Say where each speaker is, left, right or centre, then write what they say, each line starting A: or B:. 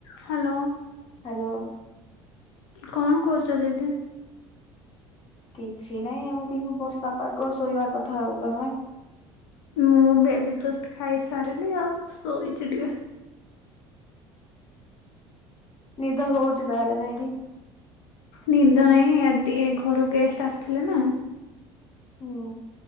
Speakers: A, on the left; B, on the left.
A: Hello.
B: Hello.
A: କଣ କରୁଛ ଦିଦି?
B: କିଛି ନାଇଁ ଏମିତି ହିଁ ବର୍ଷା ପାଗ ଶୋଇବା କଥା ଆଉ ତମେ?
A: ମୁଁ ବି ଏବେ ଜଷ୍ଟ ଖାଇ ସାରିଲି ଆଉ ଶୋଇଛି ଟିକେ।
B: ନିଦ ହଉଛି ତାହେଲେ ନାଇଁ କି।
A: ନିଦ ନାଇଁ ଆଜି ଟିକେ ଘରୁ ଗେଷ୍ଟ ଆସିଥିଲେ ନା।
B: ହଁ।